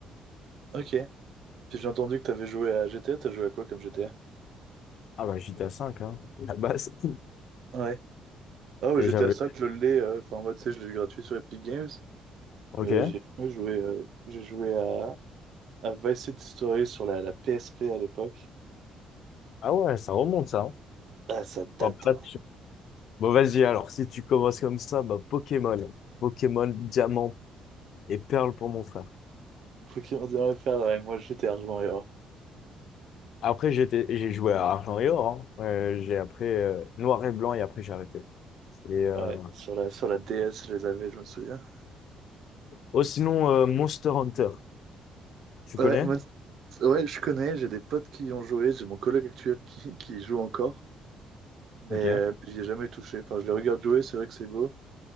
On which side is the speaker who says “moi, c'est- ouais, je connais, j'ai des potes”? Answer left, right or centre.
Right